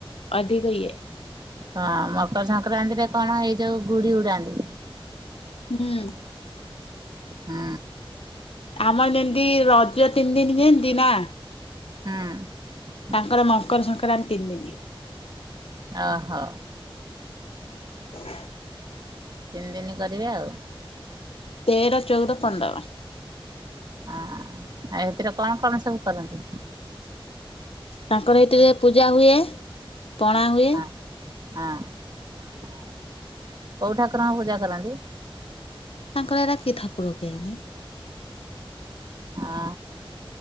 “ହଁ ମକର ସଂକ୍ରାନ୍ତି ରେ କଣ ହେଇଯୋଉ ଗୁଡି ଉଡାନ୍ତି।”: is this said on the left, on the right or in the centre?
Right